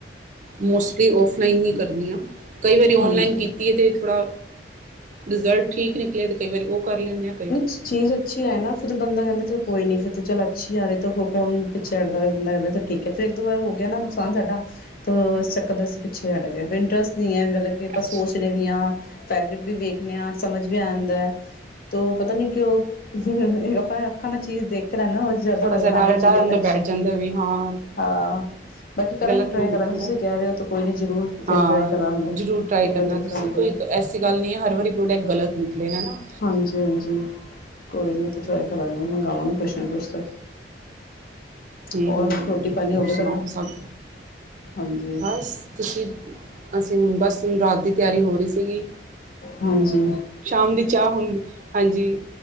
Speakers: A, on the right (about 45°); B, on the left (about 50°).
A: ਮੋਸਟਲੀ ਔਫਲਾਈਨ ਹੀ ਕਰਨੀ ਆਂ। ਕਈ ਵਾਰੀ ਔਨਲਾਈਨ
B: ਹਾਂਜੀ,
A: ਕੀਤੀ ਏ ਤੇ ਥੋੜਾ ਰਿਜ਼ਲਟ ਠੀਕ ਨਿਕਲੇਐ। ਕਈ ਵਾਰੀ ਓ ਕਰ ਲੈਂਨੇਂ ਆਂ।
B: ਵਿੱਚ ਚੀਜ਼ ਅੱਛੀ ਐ ਨਾ। ਫੇਰ ਜੇ ਬੰਦਾ ਕੈਂਦਾ ਚਲ ਕੋਈ ਨੀ ਫਿਰ ਤੇ ਚੱਲ ਅੱਛੀ ਆ ਰਈ ਤਾਂ ਫੇਰ ਕੌਨ ਪਿੱਛੇ ਹਟਦਾ ਚਲ ਬੰਦਾ ਕੈਂਦਾ ਠੀਕ ਐ ਫੇਰ ਏੱਕ ਦੋ ਵਾਰ ਹੋ ਗਿਆ ਨਾ ਨੁਕਸਾਨ ਸਾਡਾ ਤੋ ਇਸ ਚੱਕਰ ਦੇ ਅਸੀ ਪਿੱਛੇ ਹਟ ਗਏ। ਫੇਰ ਇੰਟਰਸਟ ਨੀ ਐ ਮਤਲਬ ਤੇ ਆਪਾਂ
A: ਅੱਛਾ
B: ਸੋਚਨੇ ਵੀ ਆਂ, ਫੈਬਰਿਕ ਵੀ ਵੇਖਣੇ ਹਾਂ ਸਮਝ ਵੀ ਆਂਦੈ ਤੋਂ ਪਤਾ ਨੀ ਕਿਓਂ ਆਪਾਂ ਐ ਅੱਖਾਂ ਨਾਲ ਚੀਜ਼ ਦੇਖ ਕੇ ਲੈਨੇ ਆਂ ਜ਼ਿਆਦਾ
A: ਥੋੜਾ
B: ਲੱਗਦਾ
A: ਸ
B: ਹਾਂ
A: ਡਰ
B: ਬਈ ਚੀਜ
A: ਡਰ ਅੰਦਰ
B: ਅੱਛੀ,
A: ਬੈਠ ਜਾਂਦਾ ਵੀ ਹਾਂ
B: ਹਾਂ। ਬਾਕੀ ਕਰਾਂਗੇ,
A: ਗਲਤ
B: ਟ੍ਰਾਈ
A: ਨਾ ਨਿਕਲ
B: ਕਰਾਂਗੇ। ਤੁਸੀ
A: ਆਏ
B: ਕੈ ਰਏ ਓ ਤੇ ਕੋਈ ਨੀ ਜਰੂਰ, ਫਿਰ
A: ਹਾਂ
B: ਟ੍ਰਾਈ ਕਰਾਂਗੇ।
A: ਜ਼ਰੂਰ ਟਰਾਈ
B: ਏੱਕ
A: ਕਰਨਾ
B: ਬਾਰ ਦੇਖਾਂਗੇ
A: ਤੁਸੀਂ ਕੋਈ ਐਸੀ ਗੱਲ ਨੀ ਐ ਹਰ ਵਾਰੀ ਪ੍ਰੋਡਕਟ ਗਲਤ ਨਿਕਲੇ, ਹੈਨਾ।
B: ਹਾਂਜੀ-ਹਾਂਜੀ। ਕੋਈ ਨੀ, ਇਥੋਂ ਟਰਾਈ ਕਰਾਂਗੇ, ਮੰਗਾਵੇ ਕੁਛ ਨਾ ਕੁਛ ਤੇ।
A: ਹਮ
B: ਹੋਰ
A: ਹਮ
B: ਰੋਟੀ ਪਾਣੀ
A: ਹੋਰ
B: ਹੋਗਿਆ
A: ਸੁਣਾਓ
B: ਤੁਹਾਡਾ।
A: ਸਭ
B: ਹਾਂਜੀ
A: ਬਸ ਤੁਸੀਂ, ਅਸੀਂ ਹੁਣ ਬਸ ਰਾਤ ਦੀ ਤਿਆਰੀ ਹੋ ਰਹੀ ਸੀਗੀ।
B: ਹਾਂਜੀ।
A: ਸ਼ਾਮ ਦੀ ਚਾਹ ਹੁਣ ਹਾਂਜੀ,